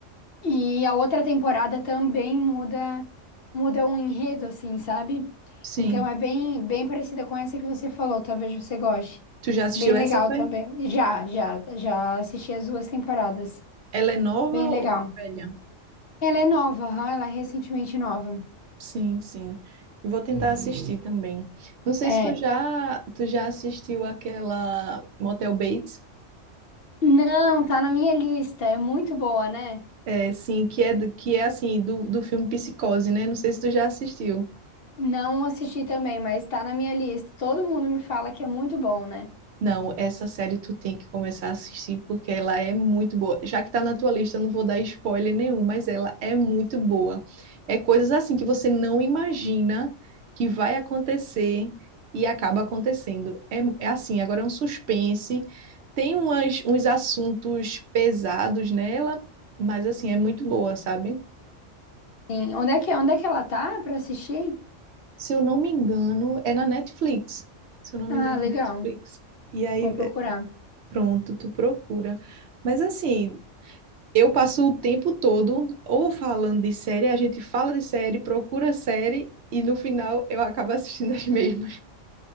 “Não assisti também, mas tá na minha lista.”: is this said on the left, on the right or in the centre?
Left